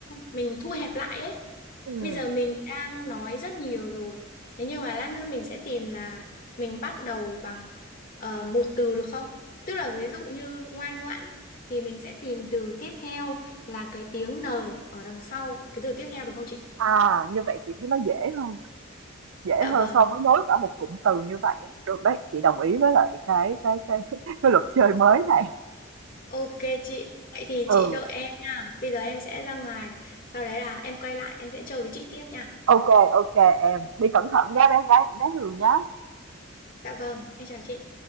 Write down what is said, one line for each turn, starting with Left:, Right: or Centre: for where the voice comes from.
Left: mình thu hẹp lại ấy.
Right: ừ.
Left: Bây giờ mình đang nói rất nhiều rồi. Thế nhưng mà lát nữa mình sẽ tìm là mình bắt đầu bằng ờ, một từ được không? Tức là ví dụ như ngoan ngoãn thì mình sẽ tìm từ tiếp theo là cái tiếng N ở đằng sau. Cái từ tiếp theo được không chị?
Right: à, như vậy chị thấy nó dễ hơn dễ
Left: Dạ vâng.
Right: hơn so với nối cả một cụm từ như vậy á. Được đấy, chị đồng ý với lại cái cái cái <laughs> cái luật chơi mới này.
Left: Ok chị. Vậy thì chị
Right: Ừ,
Left: đợi em nha. Bây giờ em sẽ ra ngoài. Sau đấy là em quay lại em sẽ chơi với chị tiếp nha.
Right: ok ok em, đi cẩn thận nhé bé gái bé Hường nhé.
Left: Dạ vâng. Em chào chị.